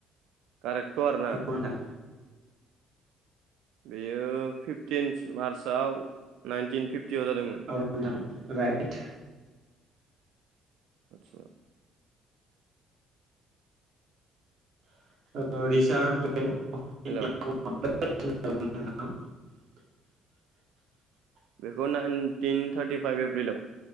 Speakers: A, on the right; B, on the right.
A: कारेकतखौ आरोना।
B: औ नोंथां
A: बेयो फिफटिन मार्चआव नाइनटिन फिफटि। <unintelligible> जादोंमोन।
B: औ नोंथां राइट।
A: आतसा।
B: <unintelligible>
A: हेलौ
B: <inaudible> <inaudible>
A: बेखौ नाइनटिन थार्टिफाइभ एप्रिलाव।